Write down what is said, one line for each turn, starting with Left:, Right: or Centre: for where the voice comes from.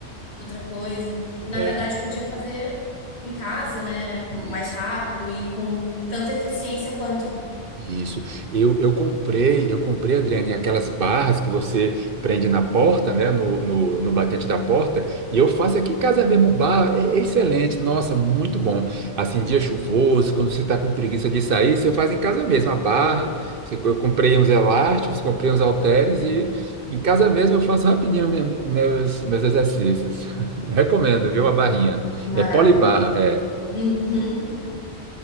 Left: outra coisa. E na
Right: É.
Left: verdade podia fazer em casa, né? Mais
Right: Isso.
Left: rápido e com tanta eficiência quanto.
Right: Isso. Eu, eu comprei, eu comprei, Adriane, aquelas barras que você prende na porta, né? No, no, no batente da porta, e eu faço aqui em casa mesmo, barra, é, é excelente, nossa, muito bom. Assim, dia chuvoso, quando você está com preguiça de sair, você faz em casa mesmo, a barra. Você- Eu comprei uns elásticos, comprei uns halteres e em casa mesmo eu faço rapidinho minha- meus, meus exercícios. <laughs> Recomendo, viu? A barrinha.
Left: Maravilhoso.
Right: É polibarra, é.
Left: Uhum.